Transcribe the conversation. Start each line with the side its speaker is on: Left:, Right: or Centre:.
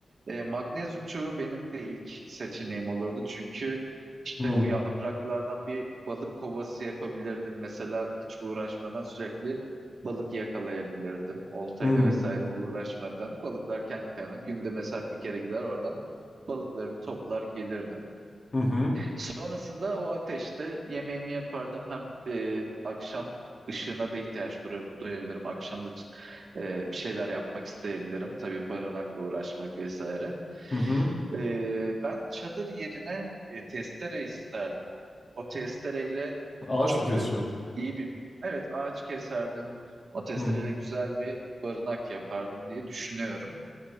Right: Ee, magnezyum çubuğu benim de ilk seçeneğim olurdu. Çünkü işte
Left: Hı.
Right: o yapraklardan bir balık kovası yapabilirdim. Mesela hiç uğraşmadan sürekli balık yakalayabilirdim. Oltayla
Left: Hı.
Right: vesaire uğraşmadan. Balıklar kendi kendine günde mesela bir kere gider oradan balıklarımı toplar gelirdim.
Left: Hı hı.
Right: Sonrasında o ateşte yemeğimi yapardım. Hem e, akşam ışığına da ihtiyaç dura- duyabilirim. Akşam da e, bir şeyler yapmak isteyebilirim. Tabii barınakla uğraşmak vesaire.
Left: Hı hı.
Right: E, ben çadır yerine e, testere isterdim. O testereyle
Left: Ağaç
Right: çok
Left: mı keseceksin?
Right: da iyi bir... Evet ağaç keserdim. O testereyle
Left: Hı.
Right: güzel bir barınak yapardım diye düşünüyorum.